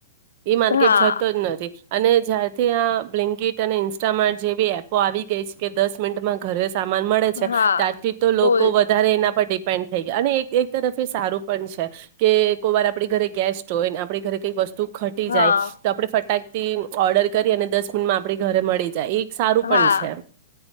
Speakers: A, on the right (about 50°); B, on the left (about 80°).
A: ઈ માર્કેટ
B: હા
A: જતો જ નથી અને જયારથી આ બ્લિન્કીટ અને ઇન્સ્ટામાર્ટ જેવી એપો આવી ગઈ છે કે દસ મિમાં ઘરે સામાન મળે છે
B: હા
A: ત્યારથી તો
B: બોલ
A: લોક વધારે એના પર ડિપેન્ડ થઈ અને એક તરફ એ સારું પણ છે કે કોઈ વાર આપડી ઘરે ગેસ્ટ હોય ને આપણી ઘરે કઈક વસ્તુ તું ખટી
B: હા
A: જાય તો આપડે ફટાક તે ઓર્ડર કરી અને દસ મિનિટમાં આપણે ઘરે મળી જાય એક સારું
B: હા,
A: પણ છે